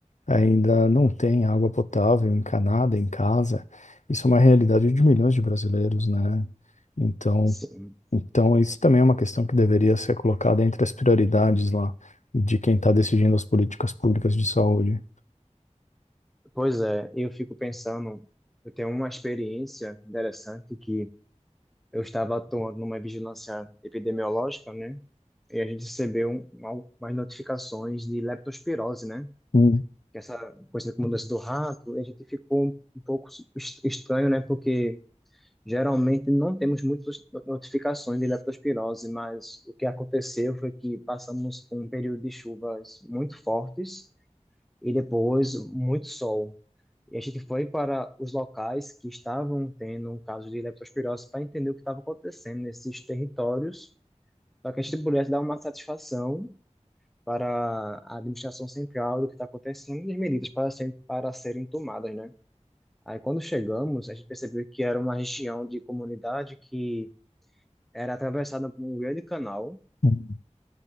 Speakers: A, on the left; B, in the centre.
A: ainda não tem água potável encanada em casa. Isso é uma realidade de milhões de brasileiros, né? Então,
B: Sim.
A: então isso também é uma questão que deveria ser colocada entre as prioridades lá de quem está decidindo as políticas públicas de saúde.
B: Pois é, eu fico pensando, eu tenho uma experiência interessante que eu estava atuando numa vigilância epidemiológica, né? E a gente recebeu um- uma- umas notificações de leptospirose, né?
A: Hum,
B: Que é essa coisa como doença do rato, e a gente ficou um, um pouco es- estranho, né? Porque geralmente não temos muitas no- notificações de leptospirose, mas o que aconteceu foi que passamos por um período de chuvas muito fortes e depois muito sol. E a gente foi para os locais que estavam tendo um caso de leptospirose para entender o que estava acontecendo nesses territórios, para que a gente pudesse dar uma satisfação para a administração central do que está acontecendo e as medidas para, serem- para serem tomadas, né? Aí quando chegamos, a gente percebeu que era uma região de comunidade que era atravessada por um grande canal,
A: hum.